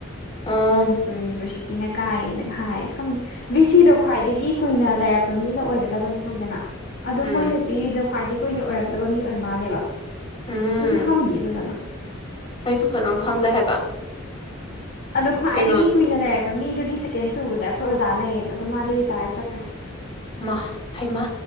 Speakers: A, on the left (about 25°); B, on the left (about 55°).
A: ꯑꯣ
B: ꯃꯅꯤꯄꯨꯔ ꯌꯨꯅꯤꯚꯔꯁꯤꯇꯤꯅ ꯀꯥꯏꯌꯦꯅ ꯍꯥꯏ ꯈꯪꯗꯦ ꯕꯤ ꯁꯤ ꯗꯣ ꯈ꯭ꯋꯥꯏꯗꯒꯤ ꯀꯨꯏꯅ ꯂꯩꯔꯛꯄ ꯃꯤꯅ ꯑꯣꯏꯒꯗꯕꯅꯤ ꯍꯥꯏꯗꯅ ꯑꯗꯨꯝ
A: ꯎꯝ
B: ꯃꯣꯏꯅ ꯄꯤꯔꯤꯗꯨ ꯈ꯭ꯋꯥꯏꯗꯒꯤ ꯀꯨꯏꯅ ꯑꯣꯏꯔꯛꯇꯕ ꯃꯤ ꯑꯣꯏ ꯃꯥꯜꯂꯦꯕ
A: ꯎꯝ
B: ꯑꯩꯁꯨ ꯈꯪꯗꯦ ꯐꯖꯅ
A: ꯑꯩꯁꯨ ꯐꯖꯅ ꯈꯪꯗꯦ ꯍꯥꯏꯕ
B: ꯑꯗꯣ ꯈ꯭ꯋꯥꯏꯗꯒꯤ
A: ꯀꯩꯅꯣ
B: ꯀꯨꯏꯅ ꯂꯩꯔ ꯍꯣꯏ ꯃꯤꯗꯨꯒꯤ ꯁꯦꯀꯦꯟ ꯁꯨꯕꯗ ꯑꯩꯈꯣꯏ ꯑꯣꯖꯥ ꯂꯩꯌꯦꯕ ꯑꯗꯣ ꯃꯥꯗꯤ ꯔꯤꯇꯥꯌꯔ ꯆꯠꯈ꯭ꯔꯦ
A: ꯃꯥ ꯍꯩꯃ